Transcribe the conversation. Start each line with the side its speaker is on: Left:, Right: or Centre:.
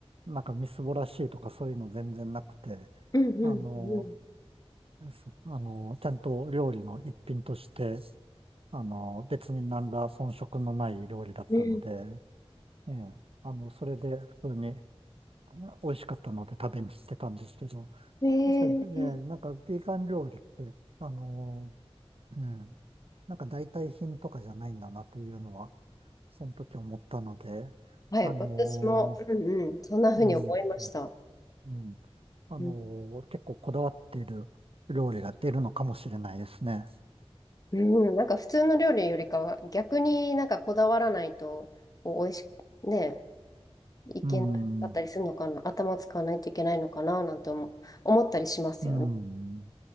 Right: なんかみすぼらしいとかそういうの全然なくて、
Left: うん、うん、
Right: あの、
Left: うん。
Right: そあの、ちゃんと料理の一品として、あの、別に何ら遜色のない料理だったので、
Left: うん
Right: ええ、あの、それで普通に美味しかったので食べに行ってたんですけど、
Left: ええ
Right: 確かにね、なんかビーガン料理って、あの、うん、なんか代替品とかじゃないんだなというのは、その時思ったので、
Left: はい、
Right: あの、
Left: 私も、うんうん、そんな風に思いました。
Right: うん、うん、あの、
Left: うん、
Right: 結構こだわっている料理が出るのかもしれないですね。
Left: うんなんか普通の料理よりかは、逆になんかこだわらないと、こう、美味しく、ね、いけなかったりするのかな、
Right: うん、
Left: 頭使わないといけないのかな、なんて思、思ったりしますよね。
Right: うん。